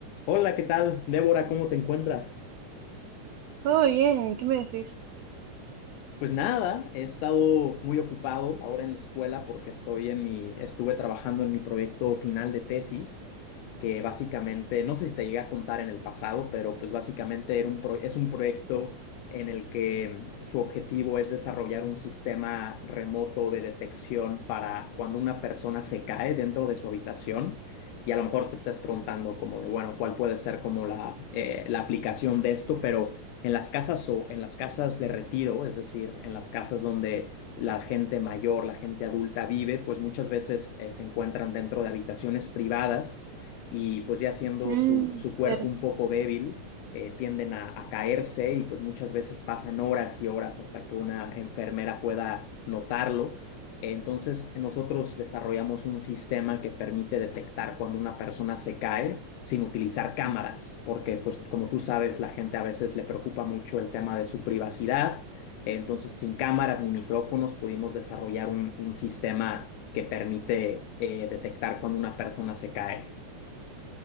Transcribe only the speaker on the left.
Hola, ¿qué tal? Débora, ¿cómo te encuentras?
Pues nada, he estado muy ocupado ahora en la escuela porque estoy en mi, estuve trabajando en mi proyecto final de tesis, que básicamente, no sé si te llegué a contar en el pasado, pero pues básicamente era un pro- es un proyecto en el que su objetivo es desarrollar un sistema remoto de detección para cuando una persona se cae dentro de su habitación. Y a lo mejor te estás preguntando como de, bueno, ¿cuál puede ser como la, eh, la aplicación de esto? Pero en las casas o en las casas de retiro, es decir, en las casas donde la gente mayor, la gente adulta vive, pues muchas veces eh, se encuentran dentro de habitaciones privadas y pues ya siendo
su, su cuerpo
un poco débil, eh, tienden a, a caerse y pues muchas veces pasan horas y horas hasta que una enfermera pueda notarlo. Entonces, nosotros desarrollamos un sistema que permite detectar cuando una persona se cae sin utilizar cámaras, porque pues como tú sabes, la gente a veces le preocupa mucho el tema de su privacidad. Entonces, sin cámaras ni micrófonos, pudimos desarrollar un, un sistema que permite eh, detectar cuando una persona se cae.